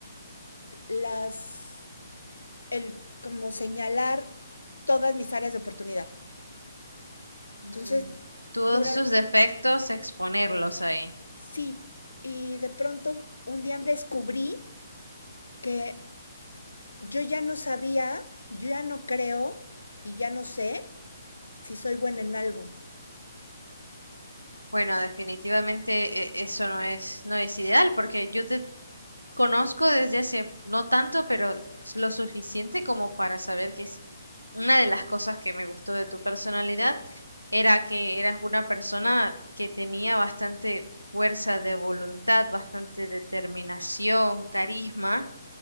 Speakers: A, on the left; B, on the right.
A: las, el como señalar todas mis áreas de oportunidad.
B: Mm,
A: Entonces,
B: Todos
A: dura,
B: sus defectos, exponerlos ahí.
A: sí, y de pronto un día descubrí que yo ya no sabía, yo ya no creo y ya no sé si soy buena en algo.
B: Bueno, definitivamente e- eso no es, no es ideal, porque yo te conozco desde hace no tanto, pero lo suficiente como para saber que es una de las cosas que me gustó de tu personalidad era que eras una persona que tenía bastante fuerza de voluntad, bastante determinación, carisma,